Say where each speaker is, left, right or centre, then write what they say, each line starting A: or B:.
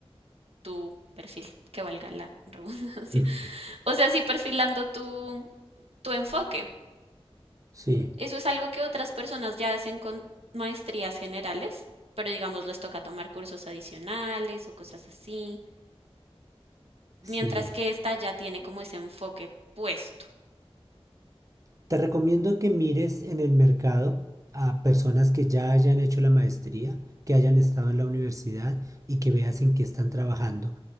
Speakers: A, on the right (about 70°); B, on the right (about 30°).
A: tu perfil, que valga la redundancia.
B: <laughs>
A: <laughs> O sea, sí perfilando tu, tu enfoque.
B: Sí,
A: Eso es algo que otras personas ya hacen con maestrías generales, pero digamos les toca tomar cursos adicionales o cosas así. mientras
B: sí.
A: que esta ya tiene como ese enfoque puesto.
B: Te recomiendo que mires en el mercado a personas que ya hayan hecho la maestría, que hayan estado en la universidad y que veas en qué están trabajando.